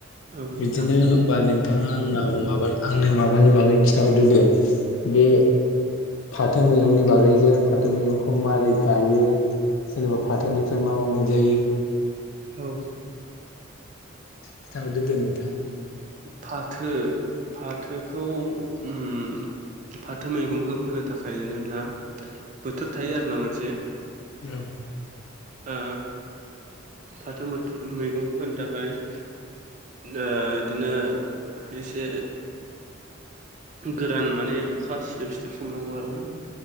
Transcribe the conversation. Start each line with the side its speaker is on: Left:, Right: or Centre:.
Right: औ नोंथां
Left: बिदिनो बा नोंथाङा आंनाव माबा आंनो माबानि बागै खिन्थाहरदो दे बे फाथो मैगंनि बागै जे फाथो मैगंखौ मारै गायो जेनेबा फाथोनिफ्राय मा मा मोनजायो
Right: औ
Left: खिथाहरदो दे नोंथां।
Right: फाथो फाथोखौ उम फाथो मैगंखौ फोनो थाखाय जेनेब्ला बोथोर थायो आरोना मोनसे।
Left: <unintelligible>
Right: ओ फाथो मैगंखौ फोनो थाखाय ओ इदिनो एसे गोरान माने अखा सिदोब सिदोब सम नांगौ आरो ना।